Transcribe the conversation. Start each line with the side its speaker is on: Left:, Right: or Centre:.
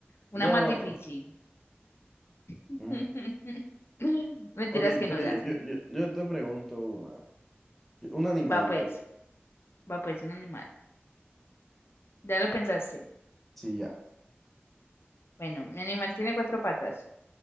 Left: Una
Centre: No.
Left: más difícil. <laughs>
Centre: mm,
Left: Mentiras
Centre: Ok,
Left: que
Centre: pero
Left: no, ya.
Centre: yo,
Left: se-
Centre: yo, yo te pregunto una. Un animal,
Left: Va pues,
Centre: dale.
Left: va pues, un animal. Ya lo pensaste.
Centre: Sí, ya.
Left: Bueno, mi animal tiene cuatro patas.